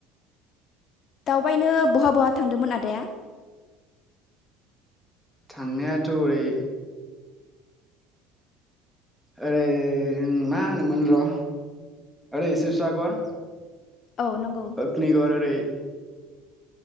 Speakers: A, on the left; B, in the centre.
A: <unintelligible> बहा बहा थांदोंमोन आदाया?
B: थांनायाथ' ओरै ओरै ओं मा होनोमोन र' ओरै शिबसागर
A: औ नंगौ
B: अग्निगर ओरै